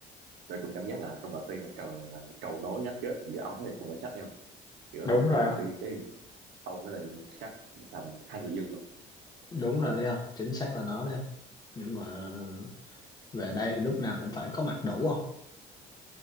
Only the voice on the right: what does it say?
tôi cũng cảm giác là trong party là cầu là cầu nối gắn kết giữa ông với lại trong và chắc em giữa
party
mình
đi cái ông với lại chắc sao mình hai người dưng không